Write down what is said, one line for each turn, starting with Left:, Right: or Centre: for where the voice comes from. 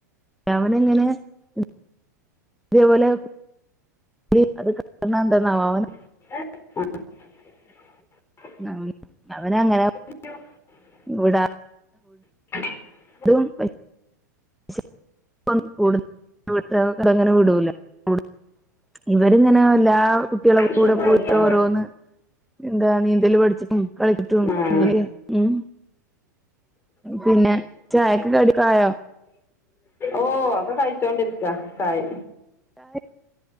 Centre: അവനങ്ങനെ ഉം അതേപോലെ <unintelligible> അത് കാണാന്തന്നവോ
Left: <unintelligible>
Centre: <unintelligible> അവന അങ്ങനെ
Left: <unintelligible>
Centre: വ്ടാ
Left: <unintelligible> <inaudible>
Centre: <unintelligible> <unintelligible> അങ്ങനെ വിടൂല വ്ട് ഇവര്ങ്ങനെ എല്ലാ കുട്ട്യളെ കൂടെ
Left: വിശപ്പ്
Centre: പോയിട്ട
Left: കൊടുത്താ
Centre: ഓരോന്ന് എന്താ നീന്തല് പഠിച്ചിട്ടും കളിച്ചിട്ടും
Left: ആഹ്
Centre: അങ്ങനെ ക്കെ ഉം പിന്നെ ചായക്ക് കടിക്കായോ?
Left: ഓഹ് ഒക്കെ കഴിച്ചോണ്ടിരിക്ക കായ്
Centre: ചായ്